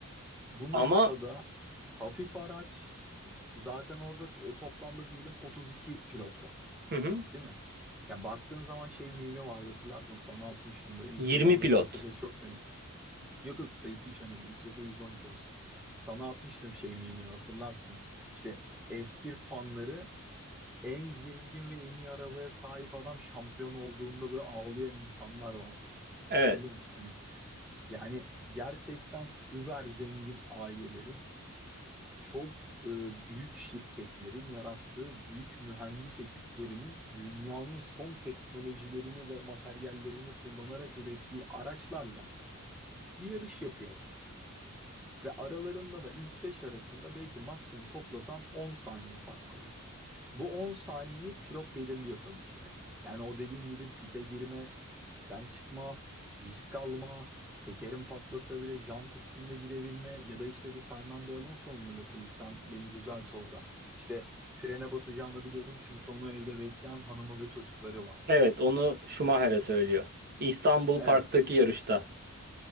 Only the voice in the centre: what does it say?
bu
noktada hafif araç Zaten orada e, toplamda diyelim 32 pilot var,
değil mi? Ya baktığın zaman şey mimi vardı hatırlarsın sana atmıştım böyle Instagram'da
Twitter'da çok dönüyor. Yok yok sayısı hiç önemli değil. İstiyorsa 112 olsun. Sana atmıştım şey mimini hatırlarsın. İşte F1 fanları en zengin ve en iyi arabaya sahip adam şampiyon olduğunda böyle ağlayan insanlar vardı böyle.
Hatırlıyor musun? Hani yani gerçekten über zengin ailelerin çok e, büyük şirketlerin yarattığı büyük mühendis ekiplerinin dünyanın son teknolojilerini ve materyallerini kullanarak ürettiği araçlarla bir yarış yapıyorlar. Ve aralarında da ilk 5 arasında belki maksimum toplasan 10 saniye fark kalıyor. Bu 10 saniyeyi pilot belirliyor tabii ki de. Yani o dediğin gibi pite girme den çıkma, risk alma, tekerim patlasa bile jant üstünde gidebilme ya da işte bir Fernando Alonso'nun mu lafıydı sen beni düzelt orada. İşte frene basacağını biliyordum çünkü onu evde bekleyen hanımı ve çocukları vardı.
Evet,